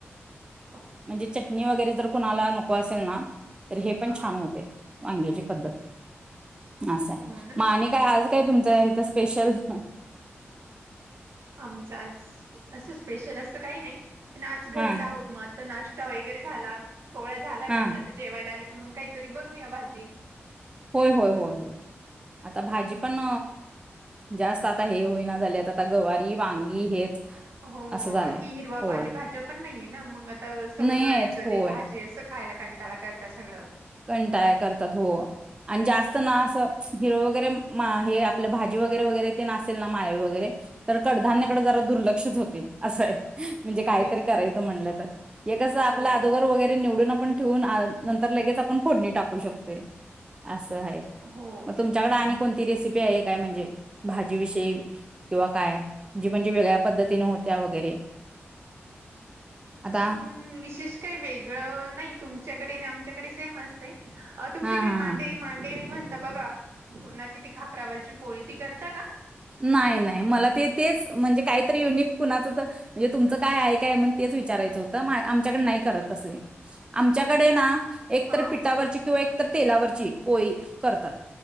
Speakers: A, on the right; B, on the right.
A: ह.
B: म्हणजे चटणी वगैरे जर कुणाला नको असेल ना. तर हे पण
A: अ,
B: छान होतय वग्याची पद्धत असाय
A: हो ना
B: म आणि का आज काय तुमच इथं स्पेशल हं?
A: आमच आज असं स्पेशल असं काही नाही पण आज घरीच
B: हा
A: आहोत मग तर नाश्ता वगैरे झाला पोळ्या झालाय म्हटलं
B: हा
A: तर जेवायला आले की मग काही तरी बनूया भाजी.
B: होय-होय-होय होय आता भाजी
A: हम्म.
B: पण जास्त आता हे होईना झालेत आता गवारी, वांगी हेच
A: हो
B: असं झाले
A: बाकी हिरवा
B: होय
A: पालीभज्या पण नाहीये ना मग आता अस उन्हाळ्याचं
B: नाही आहेत होय
A: भाजी असं खायला कंटाळा करता सगळं
B: कंटाळा करतात हो. आणि जास्त ना असं हिरो वगैरे हे आपलं भाजी वगैरे-वगैरे ते नासेल ना मिळव वगैरे तर कडधान्याकडे
A: हम्म.
B: जरा दुर्लक्षच होते असंय म्हणजे कायतरी
A: तेच
B: करायचं
A: ना
B: म्हणलं तर हे कसं आप
A: हो
B: अदोगर वगैरे निवडून आपण ठेवून नंतर लगेच आपण फोडणी टाकू शकतोय आपण असा हाय
A: हो
B: मग तुम त्याच्याकड आणि कोणती रेसिपी आहे काय म्हणजे भाजी विषयी किंवा काय जे म्हणजे वेगळ्या पद्धतीने होत्या वगैरे
A: ह.
B: आता
A: असं विशेष काही वेगळं नाही तुमच्याकडे आणि आमच्याकडे सेम असते. अ तुमच्याकडे
B: हा हा
A: मांडे-मांडे
B: हा.
A: म्हणत बघा पुरणाची ती खापरावरची पोळी ती करता का?
B: नाही-नाही मला ते तेच म्हणजे काहीतरी युनिक कुणाचं तर म्हणजे तुमचं काय आहे काय म्हण तेच विचारायचं होतं आमच्याकड नाही करत तसले. आमच्याकडे
A: नाही
B: ना एकतर
A: ह
B: पिठावरची किंवा एक तर तेलावरची पोळी करतात